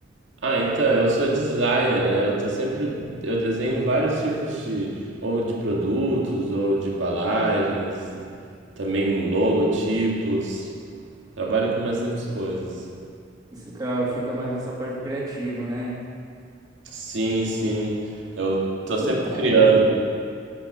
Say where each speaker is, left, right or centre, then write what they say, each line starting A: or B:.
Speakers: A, on the right; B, on the right.
A: Ah, então, eu sou designer, né? Eu tô sempre, eu desenho vários tipos de, ou de produtos, ou de embalagens, também logotipos. Trabalho com bastantes coisas.
B: Você tra- fica mais nessa parte criativa, né?
A: Sim, sim. Eu tô
B: Então,
A: sempre criando.